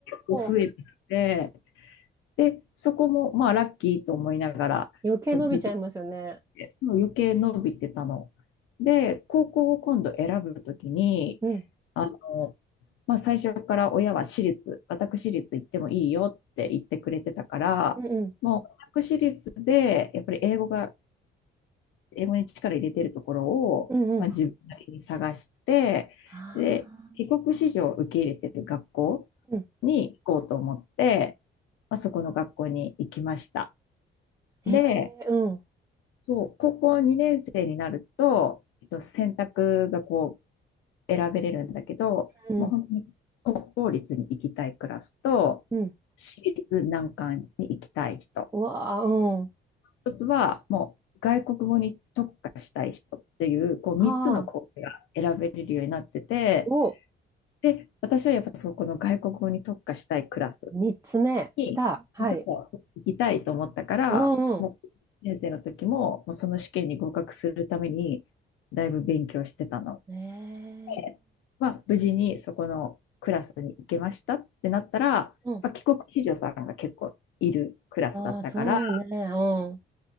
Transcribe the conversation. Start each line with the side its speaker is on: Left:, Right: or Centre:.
Left: 増えてて。
Right: ー、
Left: で、そこも、まあ、ラッキーと思いながら、
Right: 余計伸びちゃいますよね。
Left: こうずっと、その余計伸びてたの。で、高校を今度選ぶときに、
Right: うん。
Left: あの、まあ、最初から親は私立、私立行ってもいいよって言ってくれてたから、
Right: うんうん。
Left: もう私立で、やっぱり英語が、英語に力入れてるところを、
Right: うんうん。
Left: まあ、自分なりに探して、
Right: あ
Left: で、帰国子女を受け入れてる学校
Right: ーうん。
Left: に行こうと思って、まあ、そこの学校に行きました。
Right: ーへえ、
Left: で、
Right: うん。
Left: そう、高校2年生になると、えっと、選択がこう選べれるんだけど、
Right: うん。
Left: もう本当に国公立に行きたいクラスと、
Right: うん。
Left: 私立難関に行きたい人、
Right: うわあ、うん。
Left: 一つはもう外国語に特化したい人っていう、こう3つのコースが選べれるようになってて、
Right: ああ、お、
Left: で、私はやっぱそこの外国語に特化したいクラス
Right: 三つ目、
Left: に、
Right: 来た。はい。
Left: 実は行きたいと思ったから、
Right: うんうん。
Left: もう、先生の時も、もうその試験に合格するために、だいぶ勉強してたの
Right: ええ、
Left: で、まあ、無事にそこのクラスに行けましたってなったら、やっぱ帰国子女さんが結構いるクラスだったから、
Right: うん。ああ、そうね、うん。